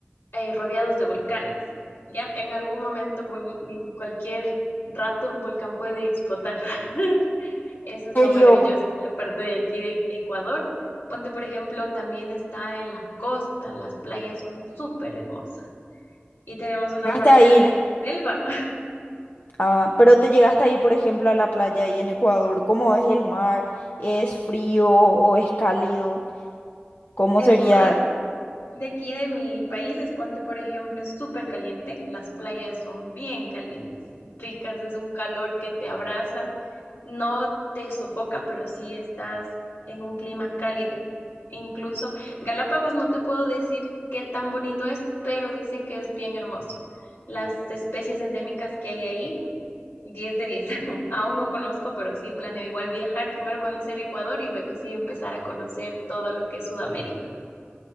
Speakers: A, on the left (about 75°); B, on the left (about 50°).
A: eh, rodeados de volcanes, ¿ya? En algún momento, cu- en cualquier rato, un volcán puede explotar. <laughs> Eso es lo
B: ¿En serio?
A: maravilloso de la parte de aquí de Ecuador. Ponte, por ejemplo, también está en la costa, las playas son súper hermosas y tenemos una
B: Llegaste
A: parte
B: a ir,
A: de selva. <laughs>
B: ah, pero te llegaste a ir, por ejemplo, a la playa ahí en Ecuador. ¿Cómo es el mar? ¿Es frío o es cálido? ¿Cómo
A: El
B: sería?
A: mar De aquí de mi país, es Ponte, por ejemplo, es súper caliente. Las playas son bien calientes, ricas, es un calor que te abraza, no te sofoca, pero sí estás en un clima cálido. Incluso Galápagos no te puedo decir qué tan bonito es, pero dicen que es bien hermoso. Las especies endémicas que hay ahí, 10 de 10. <laughs> Aún no conozco, pero sí planeo igual viajar, primero conocer Ecuador y luego sí empezar a conocer todo lo que es Sudamérica.